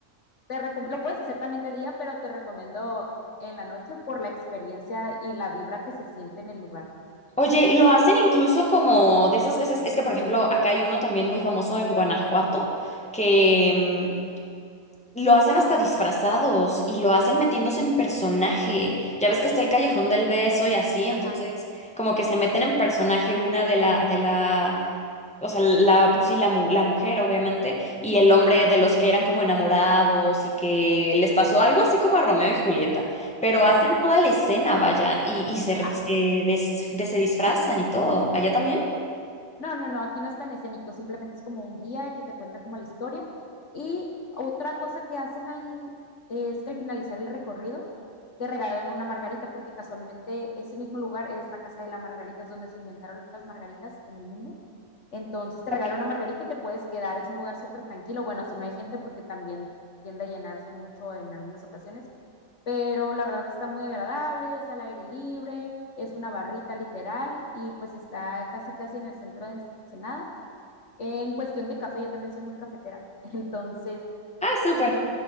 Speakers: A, on the left (about 60°); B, in the centre.
A: te recom- lo puedes hacer también de día, pero te recomiendo en la noche por la experiencia y la vibra que se siente en el lugar.
B: Oye, lo hacen incluso como de esas veces, es que por ejemplo acá hay uno también muy famoso en Guanajuato, que mm, lo hacen hasta disfrazados y lo hacen metiéndose en personaje. Ya ves que está el Callejón del Beso y así, entonces
A: Ajá,
B: como que se meten en personaje una de la, de la O sea, la, pues sí, la, mu- la mujer, obviamente, y el hombre de los que eran como enamorados y que les pasó algo así como a Romeo y Julieta, pero
A: ah,
B: hacen
A: ok.
B: toda la escena, vaya, y, y se, r-
A: Ah,
B: se, des- de- se disfrazan y todo. ¿Allá también?
A: No, no, no, aquí no es tan escénico, simplemente es como un guía que te cuenta como la historia. Y otra cosa que hacen ahí es que al finalizar el recorrido te regalan una margarita, porque casualmente ese mismo lugar es la casa de la margarita, es donde se inventaron las margaritas en el mundo. Entonces te
B: Ok.
A: regalan una margarita y te puedes quedar, es un lugar súper tranquilo. Bueno, si no hay gente, porque también tiende a llenarse mucho en algunas ocasiones, pero la verdad está muy agradable, es al aire libre, es una barrita literal y pues está casi casi en el centro de Ensenada. En cuestión de café, yo también soy muy cafetera, <laughs> entonces
B: Ah, súper.
A: te